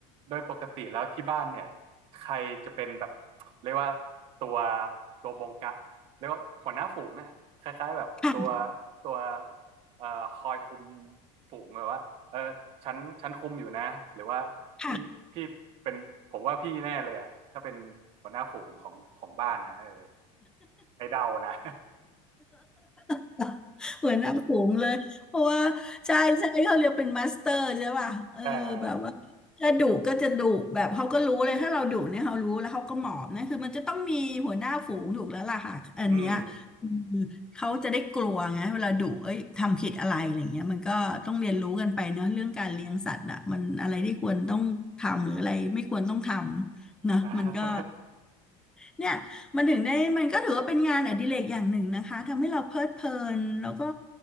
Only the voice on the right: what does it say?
โดยปกติแล้วที่บ้านเนี่ยใครจะเป็นแบบเรียกว่าตัวตัวบงกะเรียกว่าหัวหน้าฝูงอ่ะคล้ายๆแบบตัว
ตัวเอ่อคอยคุมฝูงเลยว่าเออฉันฉันคุมอยู่นะหรือว่าพี่พี่เป็นผมว่าพี่แน่เลยอ่ะถ้าเป็นหัวหน้าฝูงของของบ้านนะเออ
ไอ้เดานะ
<laughs> เอออืม
<laughs>